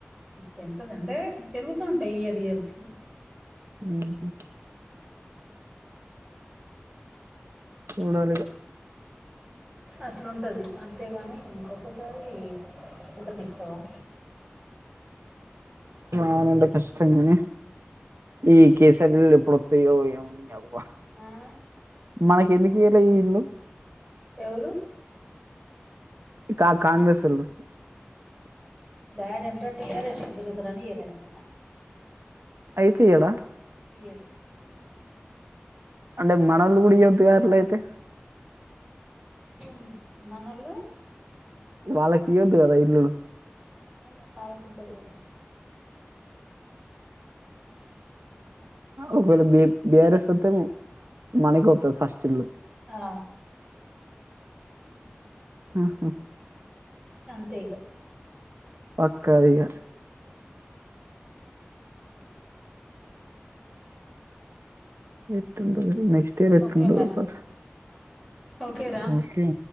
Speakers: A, on the right; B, on the right.
A: పెంతుందంటే తెరుగుతుంటయ్ ఇయర్ ఇయర్కి
B: మ్ హు చూడాలి
A: అట్లుంటది అంతేగాని ఒకసారి బుట్టనిప్తావా
B: అవునండి కష్టం గని ఈ కేసరి ఇప్పుడోత్తయో ఏమో ని అవ్వ
A: ఆ
B: మనకి ఎందుకు ఇయ్యాలే ఈ ఇల్లు
A: ఎవులు
B: కా కాంగ్రెస్ సొళ్ళు
A: డ్యాడంట టి ఆర్ స్ కు తిరుగుతాడు అని ఇయ్యాలేదంట
B: అయితే ఇయ్యడా
A: ఇయ్యారు
B: అంటే మనోళ్లు కూడా ఇయ్యొద్దు గా అట్లయితే
A: హు మనోళ్లు
B: వాళ్ళకి ఇయ్వద్దు కదా ఇల్లులు
A: మనోళ్ళు అట్లా ఆలోచించరు కదా
B: ఒకవేళ బి బిఆర్ఎస్ వస్తే మనకే వతది ఫస్ట్ ఇల్లు
A: ఆ
B: ఆహా
A: నెక్స్ట్ అంతేఇగ
B: పక్క అది ఇగ ఎట్లుంటదో నేక్ క్ట్ ఇయర్ ఎట్లుంటదో
A: ఓకే మరి
B: పట్
A: ఓకే రా
B: ఒకే